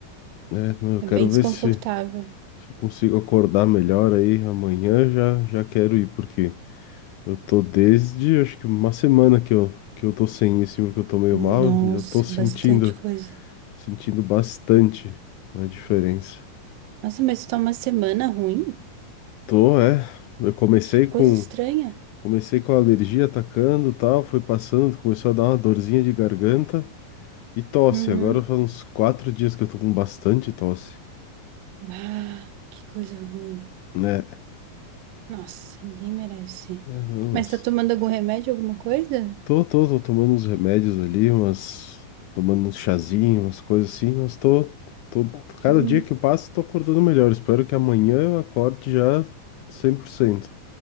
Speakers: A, on the left; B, on the right.
A: É, não, eu
B: É
A: quero
B: bem desconfortável.
A: ver se, se eu consigo acordar melhor aí amanhã, já já quero ir, porque eu tô desde, acho que uma semana que eu que eu tô sem isso, porque eu tô meio
B: Nossa,
A: mal, eu já tô sentindo
B: é bastante coisa.
A: Sentindo bastante uma diferença.
B: Nossa, mas tá uma semana ruim?
A: Tô, é. Eu comecei
B: Que
A: com
B: coisa estranha.
A: comecei com a alergia atacando, tal, foi passando, começou a dar uma dorzinha de garganta e tosse.
B: Uhum.
A: Agora faz uns quatro dias que eu tô com bastante tosse,
B: Ah, que coisa ruim.
A: né?
B: Nossa, ninguém merece.
A: É, não,
B: Mas
A: mas
B: tá tomando algum remédio, alguma coisa?
A: tô, tô, tô tomando uns remédios ali, umas tomando uns chazinhos, umas coisas assim, mas tô, tô cada
B: Uhum.
A: dia que eu passo tô acordando melhor. Espero que amanhã eu acorde já 100%.